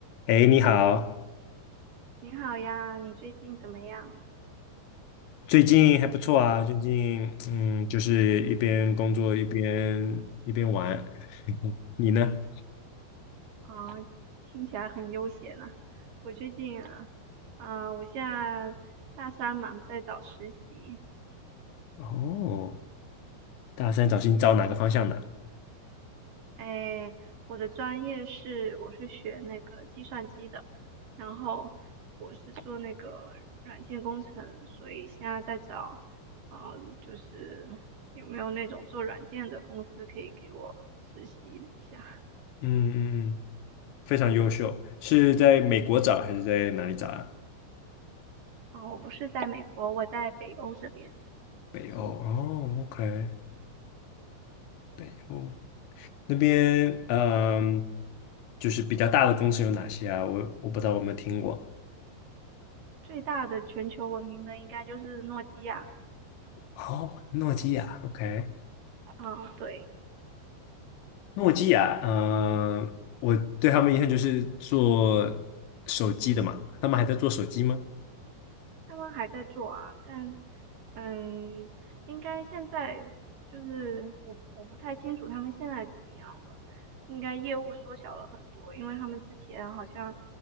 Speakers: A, on the left; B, on the right.
A: 哎，你好，
B: 你好呀，你最近怎么样？
A: 最近还不错啊，最近嗯，就是一边工作一边一边玩。<laughs> 你呢？
B: 啊，听起来很悠闲呢。我最近，啊，啊，我现在大三嘛，在找实习。
A: 哦，大三找新找哪个方向的？
B: 哎，我的专业是我是学那个计算机的，然后我是做那个软件工程，所以现在在找，嗯，就是有没有那种做软件的公司可以给我实习一下？
A: 嗯嗯嗯，非常优秀。是在美国找还是在哪里找啊？
B: 啊，我不是在美国，我在北欧这边。
A: 北欧哦，OK，北欧那边嗯，就是比较大的公司有哪些啊？我我不知道我有没有听过。
B: 最大的全球闻名的应该就是诺基亚，
A: 哦，诺基亚，OK，
B: 嗯，对，
A: 诺基亚，嗯、我对他们印象就是做手机的嘛，他们还在做手机吗？
B: 他们还在做啊，但嗯，应该现在就是我我不太清楚他们现在怎么样了，应该业务缩小了很多，因为他们之前好像